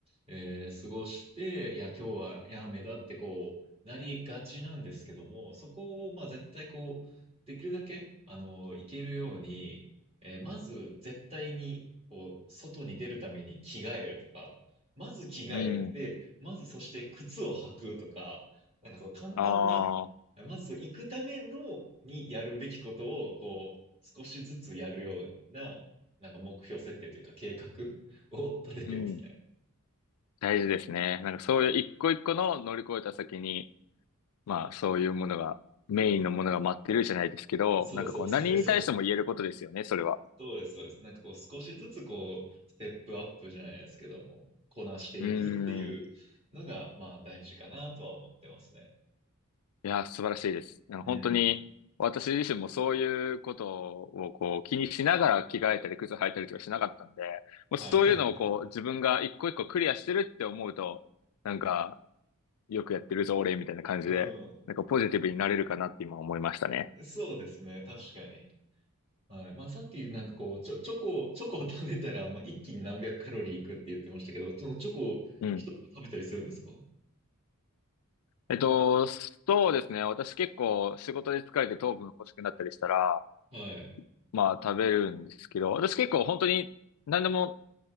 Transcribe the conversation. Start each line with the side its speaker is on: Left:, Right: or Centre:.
Right: えー過ごして、いや、今日はやめだって、こう、なりがちなんですけども、そこを、まあ、絶対、こう、できるだけ、あのーいけるように、えーまず、絶対に、こう、外に出るために着替えるとか、まず着替える。
Left: い。うん。
Right: で、まず、そして靴を履くとか、なんかそう簡単な
Left: ああ、
Right: まずそう、行くためのにやるべきことを、こう、少しずつやるような、なんか目標設定というか計画を <laughs> 立ててますね。
Left: うん。大事ですね。なんかそういう一個一個の乗り越えた先に、まあ、そういうものが、メインのものが待ってるじゃないですけど、
Right: そうそう、
Left: なんかこう、
Right: そうです、
Left: 何に対しても言えることですよね、
Right: そうです。
Left: それは。
Right: そうです、そうです。なんかこう、少しずつこう、ステップアップじゃないですけども、こなしていくっていうのが、
Left: うん。
Right: まあ、大事かなとは思ってますね。
Left: いや、素晴らしいです。なんか本当に、
Right: うん。
Left: 私自身もそういうことをこう気にしながら着替えたり靴履いたりとかしなかったんで、もうそういうのをこう自分が一個一個クリアしてるって思うと、
Right: はい、はい、はい。
Left: なんか、よくやってるぞ、俺、みたいな感じで、
Right: う
Left: なんかポジティブになれるかなって今思いましたね。
Right: ん。そうですね、確かに。はい。まあ、さっきなんかこう、チョ、チョコ、チョコを食べたら、まあ、一気に何百カロリーいくって言ってましたけど、そのチョコを一つ食べたりするんですかは
Left: うん。えっと、そうですね。私結構仕事で疲れて糖分欲しくなったりしたら、
Right: い。
Left: まあ食べるんですけど、私結構本当に何でも